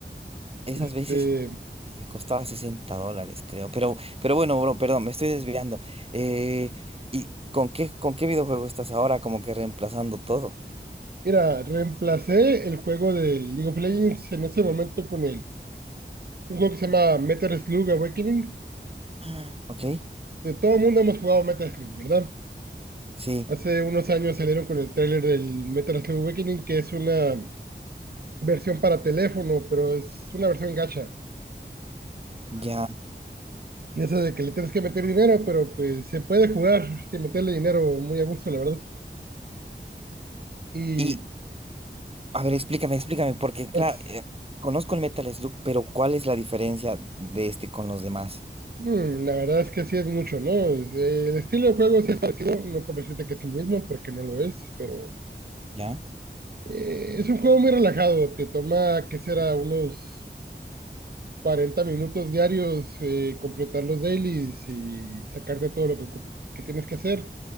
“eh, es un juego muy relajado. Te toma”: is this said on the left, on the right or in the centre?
Right